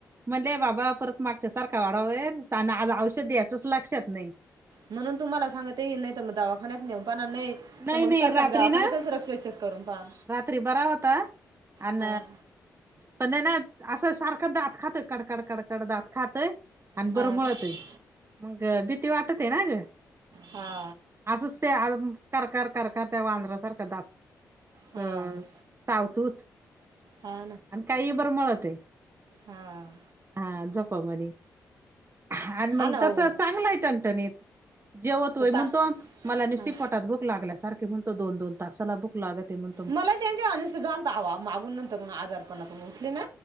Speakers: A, on the right (about 35°); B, on the right (about 70°).
A: म्हणले बाबा परत मागच्या सारखा वाढावा होइल आणि आज औषध द्याचचंच लक्षात नाही.
B: म्हणून तुम्हाला सांगत ये नाही तर मग दवाखान्यात नेऊन पणा नाही
A: नाही
B: तर मग
A: नाही
B: सरकारी
A: रात्री
B: दवाखान्यातच
A: ना,
B: रक्त चेक करून पहा
A: रात्री बरा होता. अन
B: हा
A: पण हाय ना असं सारखं दात खातं कडकड कडड कड दात खातय आणि
B: हा
A: बरंमळतय
B: का
A: मग भीती वाटते ना ग.
B: हा.
A: असच ते आ कर कर कर कर त्या वांदरा सारखं दात
B: हा
A: अ
B: हा
A: चावतुच
B: हा
A: आणि काही बरंमळतय.
B: हां.
A: हा झोपामध्ये आणि मग
B: हा ना हो
A: तस चांगलं आहे टंटनीत. जेवतोय
B: तर
A: म्हणतो.
B: ता
A: मला नुसती
B: हा
A: पोटात भूक लागल्यासारखे म्हणतो दोन दोन तासाला भूक लागत म्हण
B: मला त्यांच्या अनस् झालत आवा मागून नंतर आजारपणाातून उठले ना.